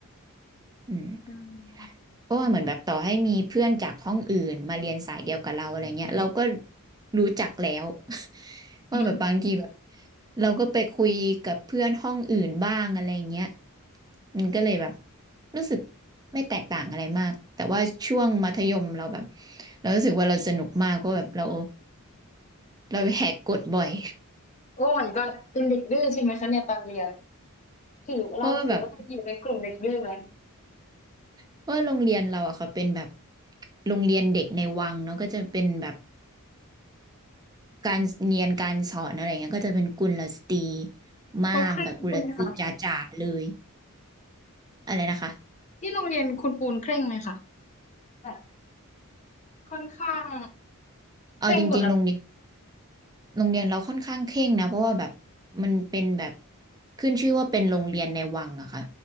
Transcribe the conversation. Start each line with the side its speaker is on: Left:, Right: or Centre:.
Right: อืม
Left: อืม
Right: เพราะว่าเหมือนแบบต่อให้มีเพื่อนจากห้องอื่นมาเรียนสายเดียวกับเราอะไรเงี้ยเราก็รู้จักแล้ว <laughs> ว่าแบบบางทีแบบ
Left: อืม
Right: เราก็ไปคุยกับเพื่อนห้องอื่นบ้างอะไรเงี้ยมันก็เลยแบบรู้สึกไม่แตกต่างอะไรมากแต่ว่าช่วงมัธยมเราแบบเรารู้สึกว่าเราสนุกมากเพราะแบบเราเราแหกกฎบ่อย
Left: โอ้มันก็เป็นเด็กดื้อใช่ไหมคะเนี่ยตอนเรียนถือเราถือว่าเราอยู่ในกลุ่มเด็กดื้อไหม
Right: <laughs> เพราะว่าแบบเพราะว่าโรงเรียนเราอะเขาเป็นแบบโรงเรียนเด็กในวังเนาะก็จะเป็นแบบ การเรียนการสอนอะไรเงี้ยก็จะเป็นกุลสตรีมากแบบกุลสตรีจ๋าๆเลย
Left: เขาเคร่งใช่ไหมคะ
Right: อะไรนะคะ
Left: ที่โรงเรียนคุณปูนเคร่งไหมคะแบบค่อนข้าง
Right: เอาจริงๆโรงเรียน
Left: เคร่งกฎระเบียบ
Right: โรงเรียนเราค่อนข้างเคร่งนะเพราะว่าแบบมันเป็นแบบขึ้นชื่อว่าเป็นโรงเรียนในวังอะค่ะ